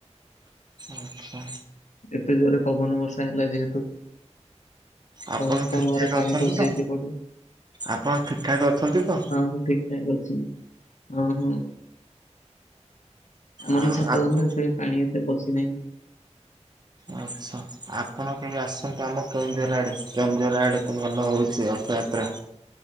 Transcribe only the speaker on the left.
ଏତେ ଜୋରେ ପବନ ବର୍ଷା ହେଲା ଯେହେତୁ
ସମସ୍ତଙ୍କ
ଘରେ
ପାଣି
ପଶିଯାଇଛି
ଏପଟେ
ହ ମୁଁ ଠିକ୍ ଠିକ୍ ଅଛି ହଁ ହଁ। ଆମର
ଛାତ
ଘର ତ ସେଥିପାଇଁ ପାଣି ଏତେ ପଶିନାହିଁ।